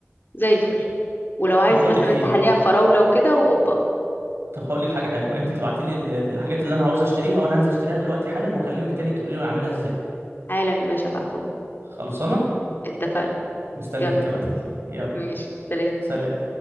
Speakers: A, on the left (about 50°); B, on the right (about 60°).
A: زي الفل ولو عايز
B: طب بقول
A: مثلا
B: لك ايه
A: تحليها بفراولة وكده وقبة
B: طب هقول لك حاجه حلوه انت تبعتي لي ال- الحاجات اللي انا عاوز اشتريها وانا هنزل اشتريها دلوقتي حالا واكلمك تاني تقولي لي انا اعملها ازاي
A: حالا يا باشا ابعتهم لك.
B: خلصانه
A: اتفقنا
B: مستنيك
A: يلا
B: تبعتي لي يلا
A: ماشي سلام
B: سلام